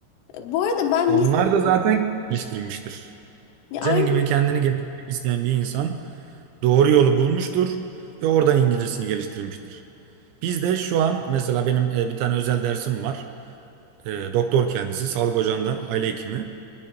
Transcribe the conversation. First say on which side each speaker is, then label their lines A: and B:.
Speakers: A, on the left; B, on the right.
A: e, bu arada ben
B: onlar
A: lise
B: da zaten geliştirmiştir.
A: ya
B: Senin
A: aynı
B: gibi kendini geliştirmek isteyen bir insan doğru yolu bulmuştur ve oradan İngilizcesini geliştirmiştir. Biz de şu an mesela benim e, bir tane özel dersim var. E, doktor kendisi, sağlık ocağında aile hekimi.